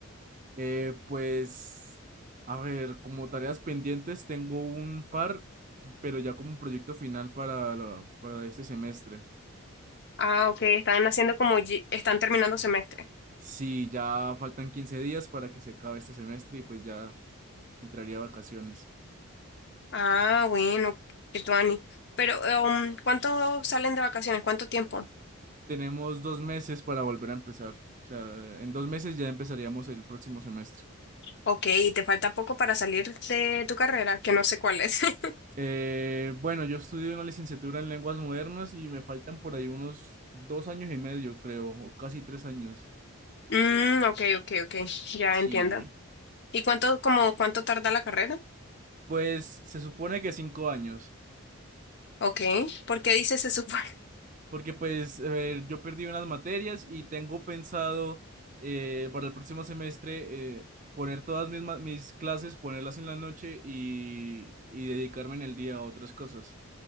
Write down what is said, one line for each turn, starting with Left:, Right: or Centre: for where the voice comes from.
Right: Eh, pues, a ver, como tareas pendientes tengo un par, pero ya como un proyecto final para, la- para este semestre.
Left: Ah, ok. Están haciendo como... ye- Están terminando semestre.
Right: Sí, ya faltan 15 días para que se acabe este semestre y pues ya entraría a vacaciones.
Left: Ah, bueno. Qué tuani. Pero, um, ¿cuánto salen de vacaciones? ¿Cuánto tiempo?
Right: tenemos dos meses para volver a empezar. O sea, en dos meses ya empezaríamos el próximo semestre.
Left: Ok, y te falta poco para salir de tu carrera, que no sé cuál es. <laughs>
Right: Eh, bueno, yo estudio una licenciatura en lenguas modernas y me faltan por ahí unos dos años y medio, creo, o casi tres años.
Left: Mm, ok, ok, ok. Ya
Right: Sí.
Left: entiendo. ¿Y cuánto, como, cuánto tarda la carrera?
Right: Pues se supone que cinco años,
Left: Ok. ¿Por qué dices se supone?
Right: porque pues a ver, yo perdí unas materias y tengo pensado eh, para el próximo semestre eh, poner todas mis, ma- mis clases, ponerlas en la noche y, y dedicarme en el día a otras cosas.